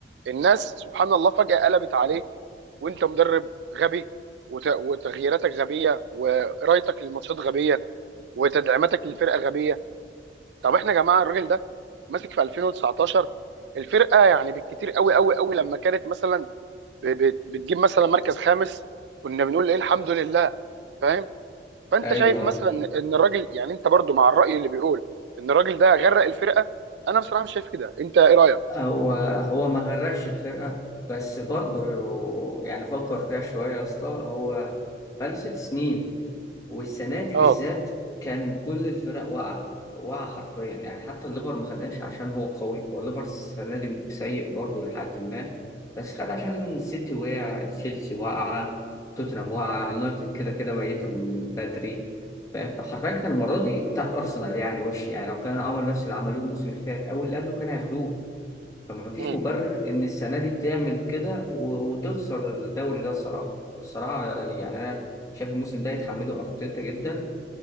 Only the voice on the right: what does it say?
الناس سبحان الله فجاه قلبت عليه وانت مدرب غبي وت- وتغييراتك غبيه وقرايتك للماتشات غبيه وتدعيماتك للفرقه غبيه طب احنا يا جماعه الراجل ده ماسك في 2019 الفرقه يعني بالكتير قوي قوي قوي لما كانت مثلا ب- ب- بتجيب مثلا مركز خامس كنا بنقول ايه الحمد لله فاهم فانت
شايف مثلا ان إن الراجل يعني انت برضو مع الراي اللي بيقول ان الراجل ده غرق الفرقه انا بصراحه مش شايف كده انت ايه رايك
اه
مم.